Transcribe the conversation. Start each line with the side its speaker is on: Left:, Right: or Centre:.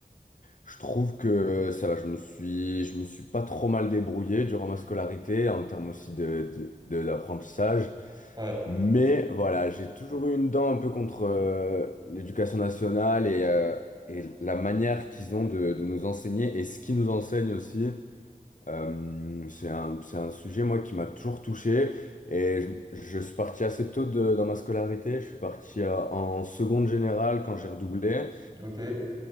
Left: je trouve que euh, ça va. Je me suis je me suis pas trop mal débrouillé durant ma scolarité en termes aussi de de- de- d'apprentissage.
Right: Ouais.
Left: Mais voilà, j'ai toujours eu une dent un peu contre euh, l'éducation nationale et euh, et la manière qu'ils ont de de nous enseigner et ce qu'ils nous enseignent aussi. Euh, c'est un, c'est un sujet, moi, qui m'a toujours touché. Et je, je suis parti assez tôt de- dans ma scolarité. Je suis parti euh, en seconde générale quand j'ai redoublé.
Right: Ok. Ouais.